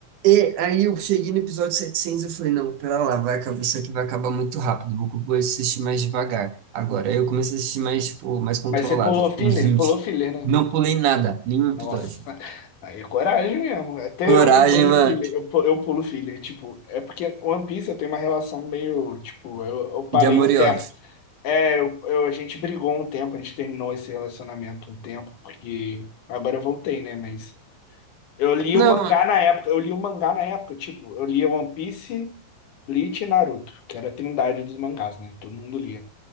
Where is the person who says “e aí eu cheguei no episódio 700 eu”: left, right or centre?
Right